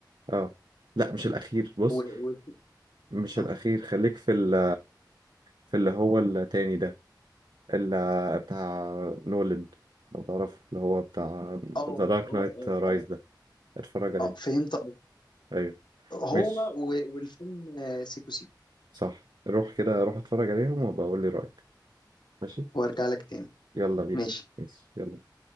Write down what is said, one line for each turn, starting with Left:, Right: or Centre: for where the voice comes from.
Right: اه لا مش الاخير بص
Left: و... و...
Right: مش
Left: اه
Right: الاخير خليك في ال في اللي هو التاني ده اللي بتاع نولان لو تعرف اللي هو بتاع
Left: اه
Right: ذا دارك
Left: اه
Right: نايت
Left: اه
Right: رايز
Left: اه
Right: ده اتفرج عليه
Left: آه، فهمت
Right: ايوه
Left: هو
Right: ماشي
Left: و- والفيلم آه، سيكو سيكو
Right: صح روح كده روح اتفرج عليهم وبقول لي رأيك ماشي
Left: وارجع لك تاني
Right: يلا بينا
Left: ماشي
Right: ماشي يلا